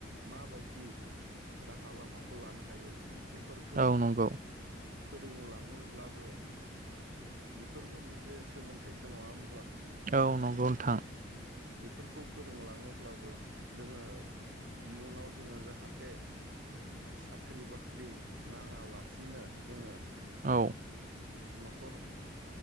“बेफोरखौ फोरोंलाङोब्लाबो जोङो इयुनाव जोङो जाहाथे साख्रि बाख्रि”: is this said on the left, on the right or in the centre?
Right